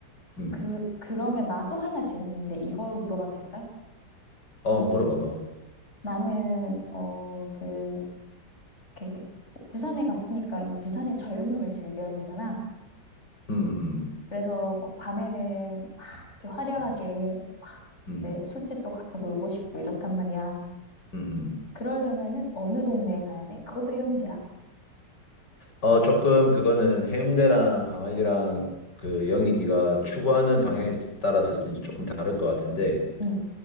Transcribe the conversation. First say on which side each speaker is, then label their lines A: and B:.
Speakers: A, on the left (about 75°); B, on the left (about 40°).
A: 음.
B: 그, 그러면 나 또 하나 질문인데, 이거 물어봐도 될까?
A: 어 물어봐봐.
B: 나는, 어, 그, 이렇게 부산에 갔으니까 이 부산의 젊음을 즐겨야 되잖아.
A: 음, 음,
B: 그래서 막 밤에는 이렇게 화려하게
A: 음, 음,
B: 이제 술집도 가서 놀고 싶고 이렇단 말이야.
A: 음. 음.
B: 그러려면은 어느 동네에 가야 돼? 그것도 해운대야.
A: 어 조금 그거는 해운대랑 광안리랑 그 영인이가 추구하는 방향에 따라서 좀- 조금 다를 것 같은데
B: 응.